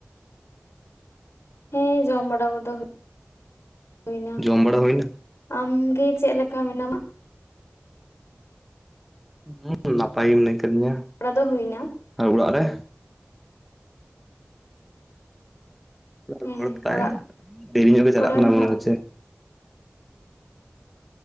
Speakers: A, on the left; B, in the centre.
A: ᱦᱮᱸ ᱡᱚᱢ ᱵᱟᱲᱟ ᱠᱚᱫᱚ ᱦᱩᱭ ᱮᱱᱟ᱾
B: ᱡᱚᱢ ᱵᱟᱲᱟ ᱦᱩᱭᱱᱟ
A: ᱟᱢ ᱜᱮ ᱪᱮᱫ ᱞᱮᱠᱟ ᱢᱮᱱᱟᱢᱟ?
B: ᱦᱩᱸ <unintelligible> ᱱᱟᱯᱟᱭ ᱜᱮ ᱢᱮᱱᱟᱭᱟ᱾
A: ᱵᱟᱲᱟ <unintelligible> ᱫᱚ ᱦᱩᱭᱱᱟ
B: ᱟᱞᱮ ᱚᱲᱟᱜ ᱨᱮ
A: ᱦᱮᱸ
B: ᱨᱚᱲ ᱛᱟᱭ
A: ᱚᱲᱟᱜ
B: <unintelligible> ᱫᱮᱨᱤ ᱧᱚᱜ ᱜᱮ ᱪᱟᱞᱟᱜ
A: ᱠᱚᱨᱮᱱ
B: ᱠᱟᱱᱟ
A: ᱦᱚᱸ
B: ᱢᱚᱱᱮ ᱦᱚᱪᱪᱮ